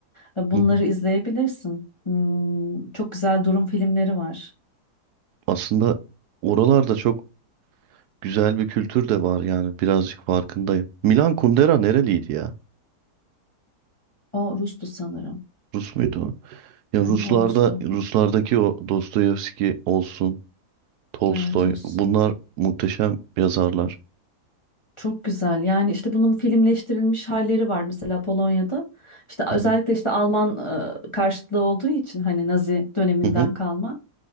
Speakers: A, on the left; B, on the right.
A: Bunları
B: Hı hı.
A: izleyebilirsin. Hmm, çok güzel durum filmleri var.
B: Aslında oralarda çok güzel bir kültür de var yani birazcık farkındayım. Milan Kundera nereliydi ya?
A: O Rus'tu sanırım.
B: Rus muydu o? Ya
A: Hı hı,
B: Ruslarda
A: o Rus'tu.
B: Ruslardaki o Dostoyevski olsun, Tolstoy
A: Evet Rus.
B: bunlar muhteşem yazarlar.
A: Çok güzel. Yani işte bunun filmleştirilmiş halleri var mesela Polonya'da. İşte
B: Hı
A: özellikle
B: hı.
A: işte Alman e, karşıtlığı olduğu için hani Nazi döneminden
B: Hı hı.
A: kalma